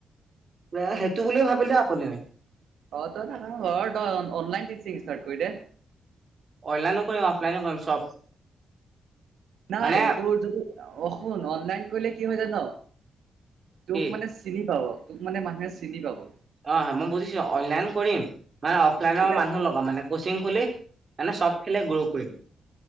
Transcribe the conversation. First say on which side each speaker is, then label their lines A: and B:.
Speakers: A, on the right; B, on the right.
A: তে সেইটো বুলি ভাবিলে আপুনি নাই।
B: <unintelligible> অলাইন টিচিং ষ্টাৰত কৰি দে।
A: অনলাইনো কৰিম, অফলাইনো কৰিম চব।
B: নাই
A: মানে
B: তোৰ যদি অহ, শুন অনলাইন কৰিলে কি হয় জান। তোক
A: কি
B: মানে চিনি পাব। তোক মানে মানুহে চিনি পাব।
A: অহ' হয় মই বুজিছো আৰু। অনলাইন কৰিম মানে অফলাইনৰ
B: এতিয়া
A: মানুহ লগা মানে কচিং খুলি মানে চব ফালে গ্ৰ' কৰিম